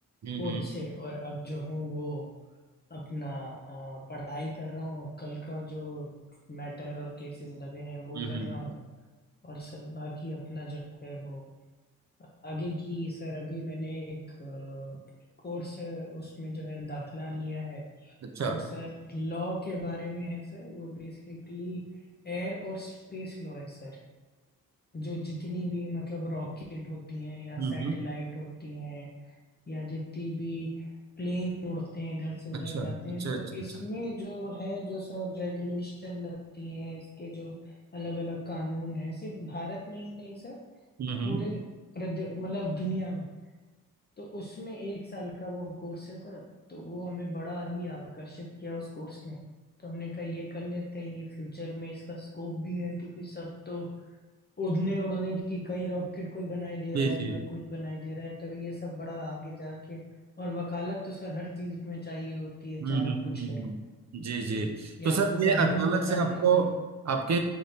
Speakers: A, on the right (about 45°); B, on the left (about 25°).
A: हम्म
B: कोर्ट से और अब जो हूँ वो अपना अ, पढ़ाई कर रहा हूँ कल का जो मैटर और केसेस लगे हैं वो
A: हम्म
B: कर
A: हम्म,
B: रहा हूँ
A: हम्म।
B: और सर बाकी अपना जो है वो आगे की सर अभी मैंने एक कोर्स है उसमें जो है दाखला लिया है
A: अच्छा
B: वो सर लॉ के बारे में है सर वो बेसिकली एयर और स्पेस लॉ है सर जो जितनी भी मतलब रॉकेट होती हैं या
A: हम्म
B: सैटेलाइट
A: हम्म,
B: होती हैं या जितनी भी प्लेन उड़ते हैं इधर से उधर
A: अच्छा
B: जाते
A: अच्छा
B: हैं तो
A: अच्छा
B: इसमें
A: अच्छा
B: जो है जो सर रेगुलेशन लगती हैं इसके जो अलग अलग कानून हैं सिर्फ भारत में ही नहीं सर
A: हम्म हम्म
B: पूरे प्रदे- मतलब दुनिया में तो उसमें एक साल का वो कोर्स है सर तो वो हमें बड़ा ही आकर्षित किया उस कोर्स ने तो हमने कहा ये कर लेते हैं ये फ्यूचर में इसका स्कोप भी है क्योंकि सब तो उड़ने उड़ने की कहीं रॉकेट कोई बनाई दे
A: जी
B: रहा है
A: जी
B: कोई कुछ बनाई दे रहा है तो ये सब बड़ा आगे जाके और वकालत तो सर हर चीज में चाहिए होती है
A: हम्म
B: चाहे
A: हम्म
B: आप कुछ
A: हम्म,
B: करें
A: हम्म। जी जी
B: कि
A: तो सर
B: आपको
A: ये
B: कानून
A: अचानक
B: पता
A: से
B: होना
A: आपको
B: चाहिए
A: आपके